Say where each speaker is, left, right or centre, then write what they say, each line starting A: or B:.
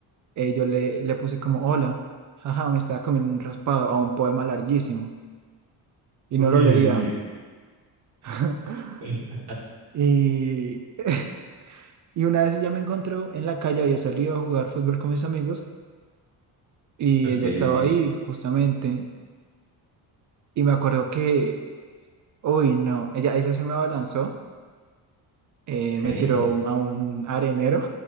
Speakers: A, on the right; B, on the right.
A: eh, yo le, le puse como, hola, jaja, me estaba comiendo un raspado a un poema larguísimo y
B: Uy.
A: no lo leía. <laughs>
B: Ok,
A: Y, <laughs> y una vez ella me encontró en la calle, había salido a jugar fútbol con mis amigos y
B: ok,
A: ella estaba ahí justamente. Y me acuerdo que, uy, no, ella, ella se me abalanzó, eh,
B: ok.
A: me tiró a un arenero